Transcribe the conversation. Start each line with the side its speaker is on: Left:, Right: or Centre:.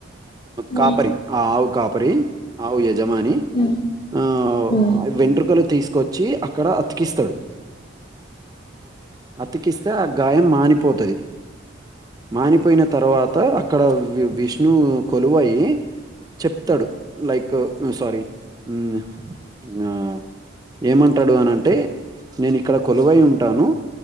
Right: కాపరి
Left: ఉమ్
Right: ఆ ఆవు కాపరి ఆవు యజమాని
Left: ఉమ్
Right: ఆ
Left: ఉమ్
Right: వె పల తీసుకొచ్చి అక్కడ అతికిస్తాడు అతికిస్తే అ గాయం మానిపోతది మానిపోయిన తర్వాత అక్కడ విష్ణు కొలువయి చెప్తాడు లైక్ సారీ హుమ్ ఆ ఏమంటాడు అనంటే నేను ఇక్కడ కొలువై ఉంటాను